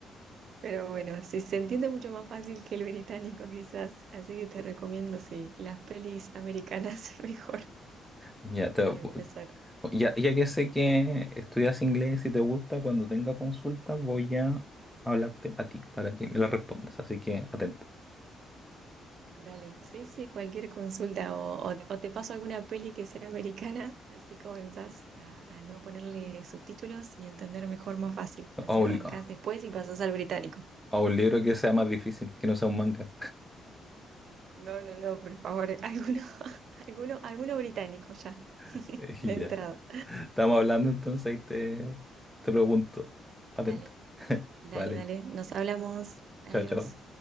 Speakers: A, on the right; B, in the centre.
A: Pero bueno, sí, se entiende mucho más fácil que el británico quizás. Así que te recomiendo, sí, las pelis americanas <laughs> mejor
B: Ya, te,
A: para empezar.
B: Ya, ya que sé que estudias inglés y te gusta, cuando tenga consultas voy a hablarte a ti para que me la respondas. Así que atento.
A: Dale, sí, sí, cualquier consulta o, o- o te paso alguna peli que sea americana, <laughs> así comenzás a, a no ponerle subtítulos y entender mejor más fácil. Así
B: A un,
A: arrancás
B: a
A: después y pasás al británico.
B: un libro que sea más difícil, que no sea un manga.
A: No, no, no, por favor, <laughs> alguno, alguno, alguno británico ya, <laughs>
B: <laughs>
A: de
B: Y Ya.
A: entrada.
B: Estamos hablando entonces y te, te pregunto. Atento.
A: Dale,
B: <laughs>
A: dale,
B: Vale.
A: dale, nos hablamos, adiós.
B: Chao, chao.